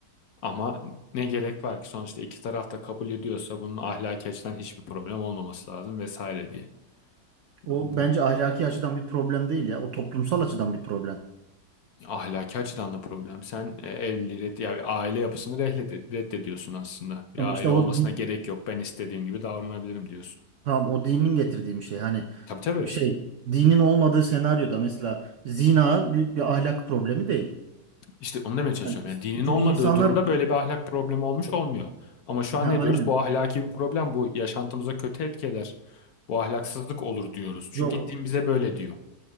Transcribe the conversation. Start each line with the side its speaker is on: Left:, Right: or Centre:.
Left: ama ne gerek var ki sonuçta iki taraf da kabul ediyorsa bunun ahlaki açıdan hiçbir problem olmaması lazım vesaire diye.
Right: O
Left: Bu
Right: bence ahlaki açıdan bir problem değil ya. O toplumsal açıdan bir problem.
Left: ahlaki açıdan da problem. Sen e, evliliği red- ya bir aile yapısını rehled- reddediyorsun aslında. Bir
Right: Ama
Left: aile
Right: işte o
Left: olmasına
Right: di-
Left: gerek yok. Ben istediğim gibi davranabilirim diyorsun.
Right: tamam o dinin getirdiği bir şey. Hani
Left: Tabii tabii.
Right: şey dinin olmadığı senaryoda mesela zina büyük bir ahlak problemi değil.
Left: İşte onu demeye çalışıyorum.
Right: Hani
Left: Yani dinin
Right: çünkü
Left: olmadığı
Right: insanlar
Left: durumda böyle bir ahlak problemi olmuş olmuyor. Ama şu an
Right: ha,
Left: ne diyoruz?
Right: aynen.
Left: Bu ahlaki bir problem. Bu yaşantımıza kötü etki eder. Bu ahlaksızlık olur diyoruz. Çünkü
Right: Yo,
Left: din bize böyle diyor.